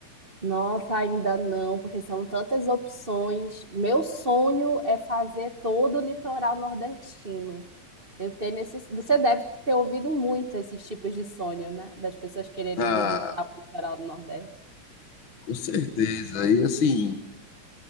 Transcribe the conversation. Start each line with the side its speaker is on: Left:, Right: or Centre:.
Right: Nossa, ainda não, porque são tantas opções. Meu sonho é fazer todo o litoral nordestino. Eu tenho esse... Você deve ter ouvido muito esses tipos de sonho, né? Das pessoas quererem
Left: Ah,
Right: visitar o litoral do Nordeste.
Left: com certeza. E assim,